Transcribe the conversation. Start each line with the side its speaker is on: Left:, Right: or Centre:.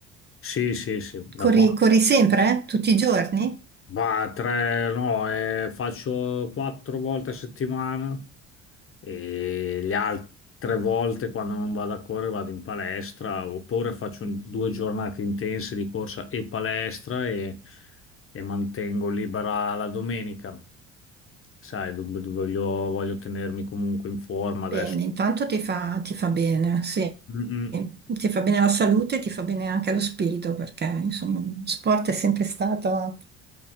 Left: Sì, sì, sì, da
Right: Corri,
Left: qua.
Right: corri sempre, eh? Tutti i giorni?
Left: Va, tre, no, eh, faccio quattro volte a settimana e le altre volte quando non vado a correre vado in palestra oppure faccio due giornate intense di corsa e palestra e, e mantengo libera la domenica. Sai, do- do- voglio, voglio tenermi comunque in forma adesso.
Right: Bene, intanto ti fa, ti fa bene, sì.
Left: Mm, mm.
Right: Ti fa bene la salute, ti fa bene anche lo spirito, perché insomma, sport è sempre stato